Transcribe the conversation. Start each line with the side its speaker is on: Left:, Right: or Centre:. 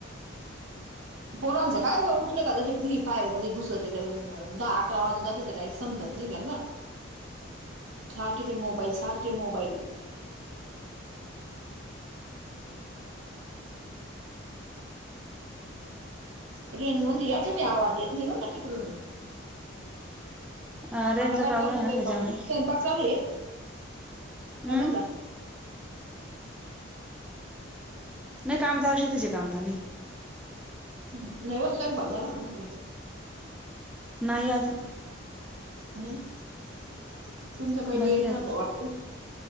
Right: पोरांच काय ग उठलं की तस फ्री फायर मध्ये घुसतात दहा अकरा वाजून जाते तर डायरेक्ट समजत नाही त्यांना सारखे ते मोबाईल सारखे मोबाईल रेंज मध्ये या तुम्ही आवाज नाही येत बरं का तिकडून
Centre: अ, रेंजचा
Right: आता काय
Centre: प्रॉब्लेम
Right: करायले
Centre: आहे ना त्याच्यामुळे
Right: स्वयंपाक स्वयंपाक चालू आहे की
Centre: हम्म
Right: झाला?
Centre: नाही काम चालू आहे शेतीची काम चालू आहे.
Right: ह नाही व स्वयंपाक झाला का म्हटलं?
Centre: नाही अजून
Right: नाही तुमचं काही
Centre: बाकी
Right: लेट
Centre: अजून
Right: राहत वाटत